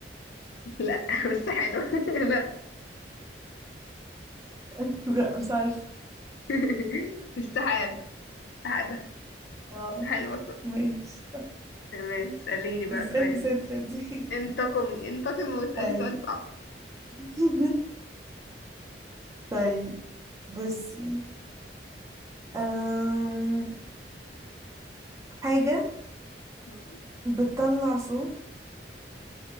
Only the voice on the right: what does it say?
<laughs> لا مش عارفة
اه
ماشي
ازاي
نسيتها دي
<laughs>
طيب
<laughs> طيب بصي أم... حاجة
بتطلع صوت